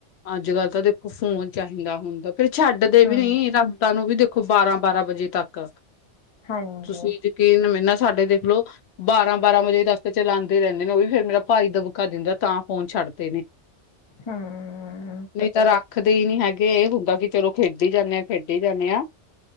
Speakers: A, on the left; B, on the left.
A: ਅੱਜ ਕੱਲ੍ਹ ਤਾਂ ਦੇਖੋ ਫੋਨ ਚਾਹੀਦਾ ਹੁੰਦਾ। ਫੇਰ ਛੱਡ ਦੇ ਵੀ
B: ਹਮ
A: ਨੀ ਰਾਤਾਂ ਨੂੰ ਵੀ ਦੇਖੋ। ਦੇਖੋ ਬਾਰਾਂ-ਬਾਰਾਂ ਵਜੇ ਤੱਕ।
B: ਹਾਂਜੀ
A: ਤੁਸੀਂ ਯਕੀਨ ਮੈਨਾ ਸਾਡੇ ਦੇਖ ਲਓ ਬਾਰਾਂ-ਬਾਰਾਂ ਵਜੇ ਤਕ ਤੇ ਚਲਾਂਦੇ ਰਹਿੰਦੇ ਨੇ, ਉਹ ਵੀ ਫੇਰ ਮੇਰਾ ਭਾਈ ਦਬਕਾ ਦਿੰਦਾ, ਤਾਂ ਫੋਨ ਛੱਡਦੇ ਨੇ।
B: ਹੂੰ।
A: ਤਾਂ ਰੱਖਦੇ ਰਖਦੇ ਨਹੀਂ ਹੈਗੇ ਇਹ ਹੁੰਦਾ ਕਿ ਚਲੋ ਖੇਡੀ ਜਾਣੇ ਆ, ਖੇਡੀ ਜਾਣੇ ਆ।